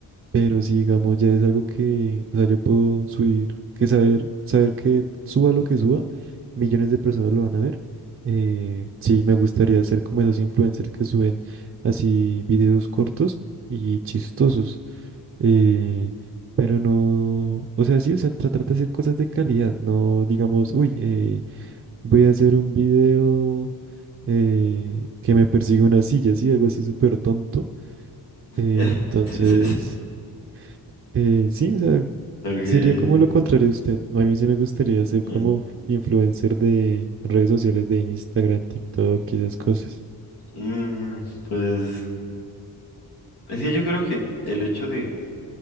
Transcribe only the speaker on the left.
<laughs>
Sí, sí, sí.
Ok.
Mm,
mm, pues, es que yo creo que el hecho de,